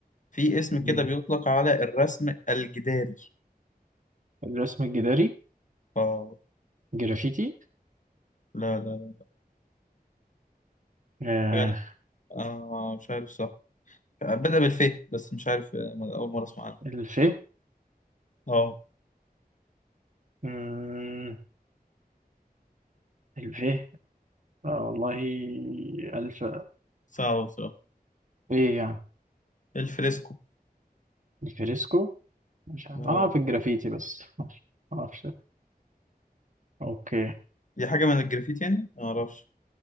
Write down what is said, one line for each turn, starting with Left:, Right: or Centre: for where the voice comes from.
Left: في اسم
Right: مم.
Left: كده بيطلق على الرسم الجداري
Right: الرسم الجداري
Left: آه
Right: جرافيتي
Left: لا لا لا
Right: آه
Left: حاجة أنا آه مش عارف صح بدأ بالف بس مش عارف آه، أول مرة أسمع عنه
Right: الفيه
Left: آه
Right: مم، الفيه آه والله 1000
Left: صعب بصراحة
Right: ايه يعني
Left: الفريسكو
Right: الفريسكو مش عارف
Left: اه
Right: اه في الجرافيتي بس ماشي. معرفش اوكي
Left: دي حاجة من الجرافيت يعني؟ ما أعرفش